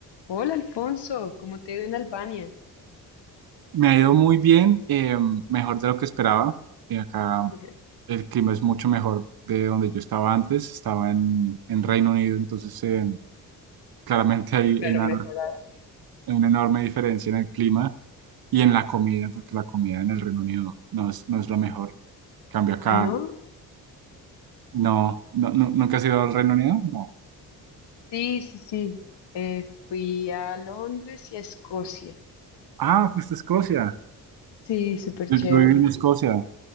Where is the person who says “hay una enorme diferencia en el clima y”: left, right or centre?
Right